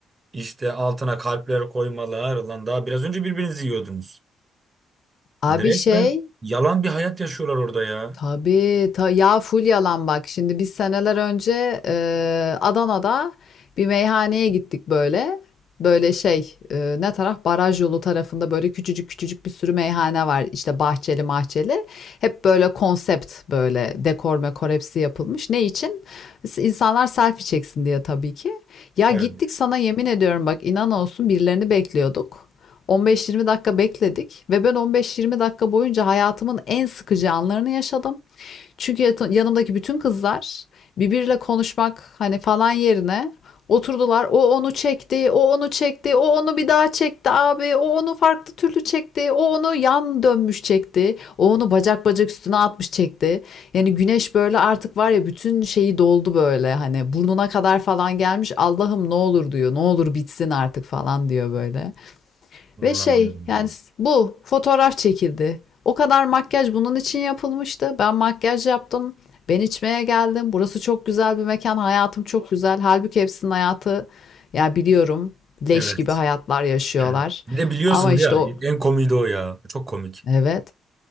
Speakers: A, on the right; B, on the left.
A: işte altına kalpler koymalar. Lan daha biraz önce birbirinizi yiyordunuz.
B: Abi
A: Yani resmen
B: şey
A: yalan bir hayat yaşıyorlar orada ya.
B: Tabii, ta ya full yalan bak. Şimdi biz seneler önce e, Adana'da bir meyhaneye gittik böyle. Böyle şey e, ne taraf baraj yolu tarafında böyle küçücük küçücük bir sürü meyhane var. İşte bahçeli mahçeli. Hep böyle konsept böyle dekor mekor hepsi yapılmış. Ne için? S- İnsanlar selfie çeksin diye tabii ki. Ya
A: Evet.
B: gittik sana yemin ediyorum bak inan olsun birilerini bekliyorduk. 15-20 dakika bekledik ve ben 15-20 dakika boyunca hayatımın en sıkıcı anlarını yaşadım. Çünkü yanımdaki bütün kızlar birbiriyle konuşmak hani falan yerine oturdular. O onu çekti, o onu çekti, o onu bir daha çekti abi, o onu farklı türlü çekti, o onu yan dönmüş çekti, o onu bacak bacak üstüne atmış çekti. Yani güneş böyle artık var ya bütün şeyi doldu böyle hani burnuna kadar falan gelmiş. Allah'ım ne olur diyor, ne olur bitsin artık falan diyor böyle.
A: Hmm.
B: Ve şey yani bu fotoğraf çekildi. O kadar makyaj bunun için yapılmıştı. Ben makyaj yaptım. Ben içmeye geldim. Burası çok güzel bir mekan. Hayatım çok güzel. Halbuki hepsinin hayatı ya biliyorum leş
A: Evet.
B: gibi hayatlar yaşıyorlar.
A: <clears throat> Bir de biliyorsun
B: Ama işte
A: ya
B: o
A: en komiği de o ya. Çok komik.
B: evet